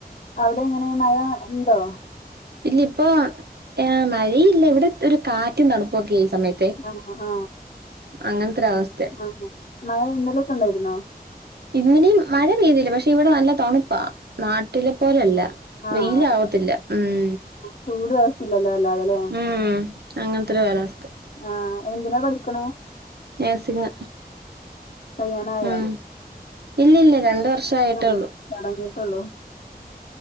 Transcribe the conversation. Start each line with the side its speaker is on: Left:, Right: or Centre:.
Left: അവിടെങ്ങനെ മഴ ണ്ടോ?
Right: ഇല്ല ഇപ്പോ ഏഹ് മഴയില്ല ഇവിടെ ഒരു കാറ്റും തണുപ്പൊക്കെ ഈ സമയത്ത്. ഇപ്പേയ്
Left: ആഹ് ആഹ്
Right: അങ്ങൻത്തൊരു അവസ്ഥ.
Left: ആഹ് മഴ ന്നലെക്കെ ണ്ടായിരുന്നോ?
Right: ഇന്നലേം മഴ പെയ്തിയില്ല പക്ഷെ ഇവിടെ നല്ല തണുപ്പാ. നാട്ടിലെ പോലല്ല
Left: ആഹ്
Right: വെയിലാവത്തില്ല ഉം.
Left: ചൂട് <unintelligible> വല്ലാതെല്ലേ
Right: ഉം അങ്ങനത്തെ ഒരു കാലാവസ്ഥ
Left: ആഹ് എന്തിനാ പഠിക്കണ?
Right: നഴ്സിംഗ്
Left: കയ്യാനായോ
Right: ഉം ഇല്ലില്ല രണ്ട് വർ ഷായിട്ടൊള്ളൂ
Left: ആഹ് തൊടങ്ങിട്ടുള്ളൂ